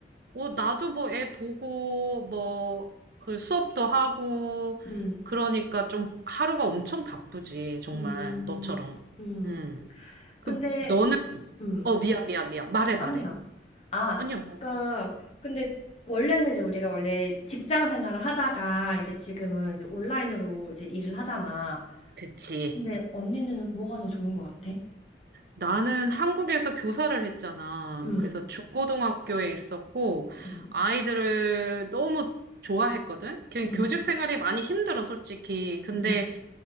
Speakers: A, on the right; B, on the left.
A: 어, 나도 뭐 애 보고, 뭐, 그 수업도 하고,
B: 음.
A: 그러니까 좀 하루가 엄청 바쁘지, 정말,
B: 음.
A: 너처럼.
B: 음.
A: 응. 그,
B: 근데,
A: 너는,
B: 음.
A: 어, 미안, 미안, 미안. 말해, 말해.
B: 아니야. 아,
A: 아니야, 말해.
B: 그러니까 근데 원래는 이제 우리가 원래 직장 생활을 하다가 이제 지금은 이제 온라인으로 이제 일을 하잖아.
A: 그치.
B: 근데 언니는 뭐가 더 좋은 것 같아?
A: 나는 한국에서 교사를 했잖아.
B: 음,
A: 그래서 중고등학교에 있었고,
B: 음,
A: 아이들을 너무 좋아했거든? 그
B: 음,
A: 교직 생활이 많이 힘들어, 솔직히. 근데
B: 음,